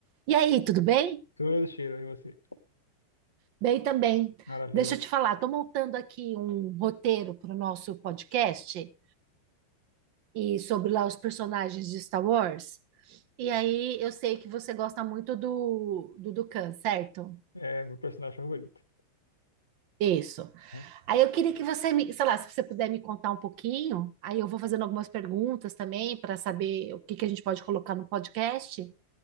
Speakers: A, on the right; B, on the left.
A: E aí, tudo bem?
B: Todo cheiro em você.
A: Bem também.
B: Maravilha.
A: Deixa eu te falar, estou montando aqui um roteiro para o nosso podcast e sobre lá os personagens de Star Wars. E aí, eu sei que você gosta muito do do Dukan, certo?
B: É meu personagem favorito.
A: Isso.
B: né?
A: Aí eu queria que você me, sei lá, se você puder me contar um pouquinho, aí eu vou fazendo algumas perguntas também para saber o que que a gente pode colocar no podcast